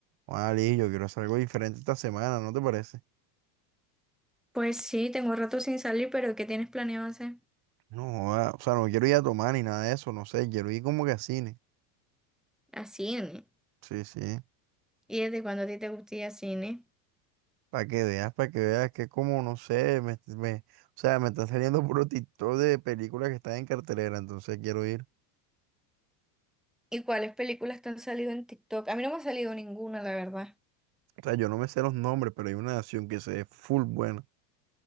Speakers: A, on the right (about 50°); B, in the centre.
A: Ali, yo quiero hacer algo diferente esta semana, ¿no te parece?
B: Pues sí, tengo rato sin salir, pero ¿qué tienes planeado hacer?
A: No, joda, o sea, no quiero ir a tomar ni nada de eso, no sé, quiero ir como que a cine.
B: A cine.
A: Sí, sí.
B: ¿Y desde cuándo a ti te gusta ir a cine?
A: Para que veas, para que veas que como, no sé, me, me- o sea, me están saliendo puro TikTok de películas que están en cartelera, entonces quiero ir.
B: ¿Y cuáles películas te han salido en TikTok? A mí no me ha salido ninguna, la verdad.
A: O sea, yo no me sé los nombres, pero hay una nación que se ve full buena.